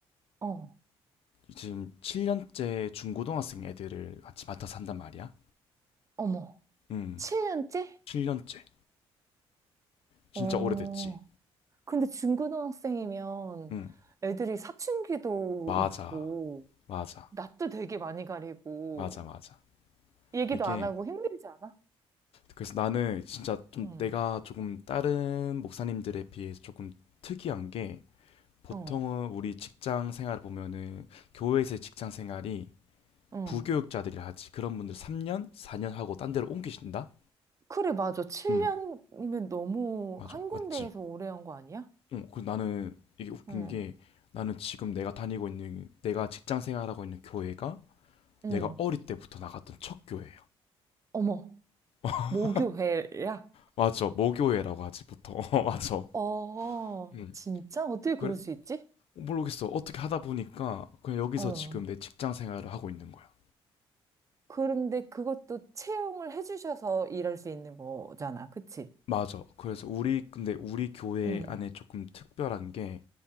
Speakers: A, on the right (about 30°); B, on the left (about 65°).
A: 어,
B: 지금 7년째 중고등학생 애들을 같이 맡아서 한단 말이야.
A: 어머.
B: 음,
A: 7년째?
B: 7년째. 진짜
A: 어,
B: 오래됐지.
A: 근데 중고등학생이면
B: 음,
A: 애들이 사춘기도
B: 맞아.
A: 있고,
B: 맞아.
A: 낯도 되게 많이 가리고,
B: 맞아, 맞아.
A: 얘기도
B: 이게,
A: 안 하고 힘들지 않아?
B: 그래서 나는 진짜 좀
A: 응,
B: 내가 조금 다른 목사님들에 비해서 조금 특이한 게, 보통은
A: 어,
B: 우리 직장 생활 보면은, 교회에서의 직장 생활이
A: 응.
B: 부교육자들이 하지. 그런 분들 3년, 4년 하고 딴 데로 옮기신다?
A: 그래, 맞아. 7년이면
B: 음,
A: 너무
B: 맞아.
A: 한 군데에서
B: 맞지.
A: 오래 한 거 아니야?
B: 어, 그 나는 이게 웃긴
A: 응,
B: 게, 나는 지금 내가 다니고 있는, 내가 직장 생활하고 있는 교회가,
A: 응.
B: 내가 어릴 때부터 나갔던 첫 교회.
A: 어머,
B: <laughs>
A: 모교회야?
B: 맞죠. 모교회라고 하지 보통. <laughs> 어, 맞아.
A: 어,
B: 음.
A: 진짜? 어떻게 그럴
B: 그래
A: 수 있지?
B: 모르겠어. 어떻게 하다 보니까 그냥 여기서
A: 어.
B: 지금 내 직장 생활을 하고 있는 거야.
A: 그런데 그것도 채용을 해주셔서 일할 수 있는 거잖아. 그치?
B: 맞아. 그래서 우리 근데 우리 교회
A: 응,
B: 안에 조금 특별한 게